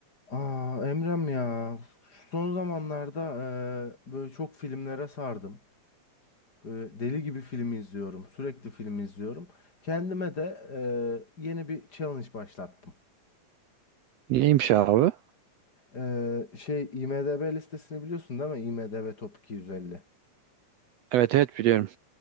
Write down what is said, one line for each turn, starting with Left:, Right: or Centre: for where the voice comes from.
Left: Aa, Emrem ya son zamanlarda e, böyle çok filmlere sardım. Böyle deli gibi film izliyorum. Sürekli film izliyorum. Kendime de e, yeni bir challenge başlattım.
Right: Neymiş abi?
Left: E, şey IMDb listesini biliyorsun değil mi? IMDb Top 250.
Right: Evet evet biliyorum.